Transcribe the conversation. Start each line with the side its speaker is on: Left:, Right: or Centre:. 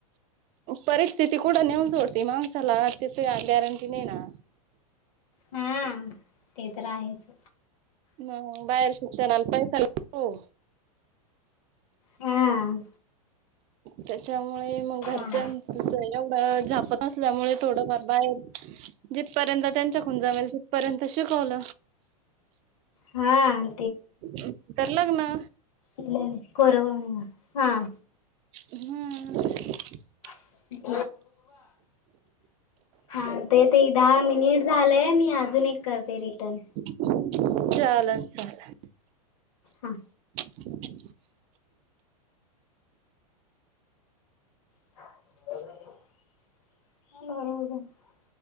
Right: परिस्थिती कुठं नेऊन सोडते माणसाला त्याची गॅरंटी नाही ना.
Left: हम्म ते तर आहेच.
Right: मग बाहेर शिक्षणाला पैसा हो..
Left: हा
Right: त्याच्यामुळे मग
Left: चांग
Right: घरच्या एवढ झापत असल्यामुळे थोडफार बाहेर जिथ पर्यंत त्यांच्या खून जमेल तिथपर्यंत शिकवल.
Left: हा
Right: नंतर लग्न.
Left: इ कोरोव हा <unintelligible>
Right: हम्म.
Left: <inaudible> हा ते ते दहा मिनिट झालंय मी अजून एक करते रिटर्न.
Right: <unintelligible> चालल चाललं.
Left: हा
Right: ह <unintelligible>
Left: <inaudible>